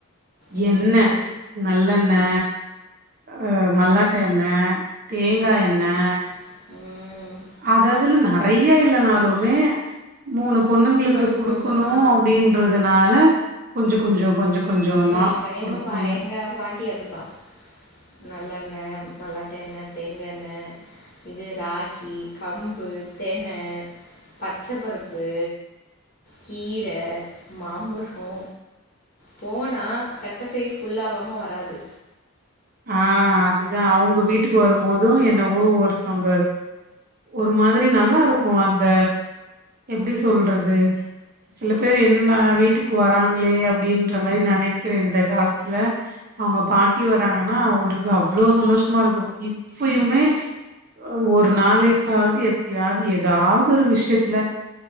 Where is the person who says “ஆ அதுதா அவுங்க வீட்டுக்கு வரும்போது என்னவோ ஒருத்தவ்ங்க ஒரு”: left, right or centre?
Right